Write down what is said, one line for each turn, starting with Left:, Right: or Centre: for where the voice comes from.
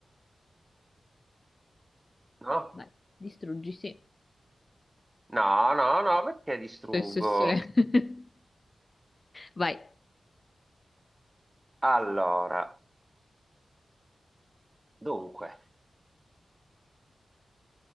Right: No?
Left: Vai, distruggi, sì.
Right: No, no, no, perché distruggo?
Left: Sì, sì, sì. <laughs> Vai.
Right: Allora, dunque,